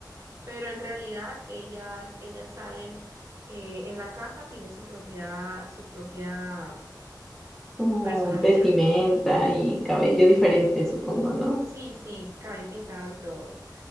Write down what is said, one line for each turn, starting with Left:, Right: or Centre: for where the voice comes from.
Right: pero en realidad ellas, ellas salen eh, en la casa, tienen su propia, su propia
Centre: Como
Right: personalidad.
Centre: vestimenta y cabello diferente, supongo, ¿no?
Right: Sí, sí, cabello pintado y todo.